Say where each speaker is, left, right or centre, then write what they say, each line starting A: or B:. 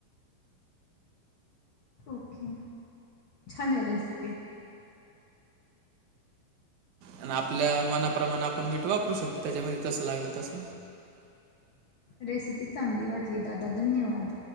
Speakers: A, on the left; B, on the right.
A: ओके छान आहे रेसिपी.
B: आणि आपल्या मनाप्रमाणे आपण मीठ वापरू शकतो त्याच्यामध्ये जसं लागलं तस.
A: रेसिपी चांगली वाटली दादा धन्यवाद.